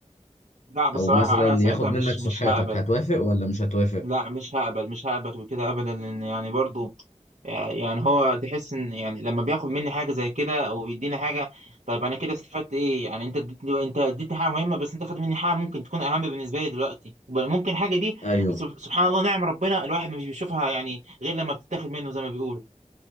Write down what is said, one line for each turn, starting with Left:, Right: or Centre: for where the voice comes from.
Right: لا بصراحة
Left: او مثلا
Right: انا ساعتها
Left: ياخد
Right: مش
Left: منك صحتك
Right: مش هقبل
Left: هتوافق ولا مش هتوافق؟
Right: لا مش هقبل مش هقبل وكده ابدا لان يعني برضو يعني يعني هو تحس ان يعني لما بياخد مني حاجه زي كده او بيديني حاجه طيب انا كده استفدت ايه يعني انت اديتني انت اديتني حاجه مهمه بس انت خد مني حاجه ممكن تكون اهم بالنسبه لي دلوقتي وب- ممكن الحاجه دي
Left: ايوه
Right: سب- سبحان الله نعم ربنا الواحد مش بيشوفها يعني غير لما بتتاخد منه زي ما بيقولوا